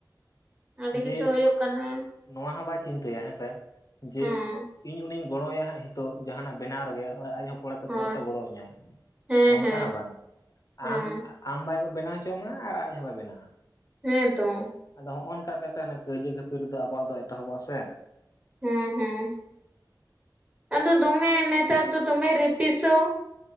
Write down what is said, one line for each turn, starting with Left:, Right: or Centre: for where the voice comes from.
Right: ᱟᱹᱰᱤ
Left: ᱡᱮ
Right: ᱠᱤᱪᱷᱩ ᱦᱩᱭᱩᱜ ᱠᱟᱱᱟ᱾
Left: ᱱᱚᱣᱟ ᱦᱚᱸ ᱵᱟᱭ ᱪᱤᱱᱛᱟᱹᱭᱟ, ᱦᱮᱸ ᱥᱮ ᱡᱮ
Right: ᱦᱮᱸ
Left: ᱤᱧ ᱩᱱᱤᱧ ᱜᱚᱲᱚ ᱟᱭᱟ ᱦᱟᱸᱜ ᱦᱤᱛᱚᱜ ᱡᱟᱦᱟᱱᱟᱜ ᱵᱮᱱᱟᱣ ᱨᱮᱜᱮ ᱟᱡ ᱦᱚᱸ ᱯᱚᱨᱮ ᱛᱮ
Right: ᱦᱮᱸ
Left: ᱯᱚᱨᱮ ᱛᱮ ᱜᱚᱲᱚᱣ ᱤᱧᱟᱭ
Right: ᱦᱮᱸ
Left: ᱚᱱᱠᱟ
Right: ᱦᱮᱸ
Left: ᱦᱚᱸ ᱵᱟᱝ
Right: ᱦᱮᱸ
Left: ᱟᱢ᱾ ᱟᱢ ᱵᱟᱭ ᱠᱚ ᱵᱮᱱᱟᱣ ᱦᱪᱚᱣᱢᱟ ᱟᱨ ᱟᱡ ᱦᱚᱸ ᱵᱟᱭ ᱵᱮᱱᱟᱣᱟ᱾
Right: ᱦᱮᱸ ᱛᱚ᱾
Left: ᱟᱫᱚ ᱱᱚᱦᱚᱸᱭ ᱱᱚᱝᱠᱟ ᱨᱮᱜᱮ ᱥᱮ ᱚᱱᱟ ᱠᱟᱹᱣᱡᱤ ᱠᱷᱟᱹᱯᱤᱨ ᱫᱚ ᱟᱵᱚᱣᱟᱜ ᱫᱚ ᱮᱛᱚᱦᱚᱵᱚᱜᱼᱟ ᱥᱮ᱾
Right: ᱦᱮᱸ ᱦᱮᱸ᱾ ᱮᱫᱚ ᱫᱚᱢᱮ ᱱᱮᱛᱟᱨ ᱫᱚ ᱫᱚᱢᱮ ᱨᱤᱯᱤᱥᱟᱹᱣ᱾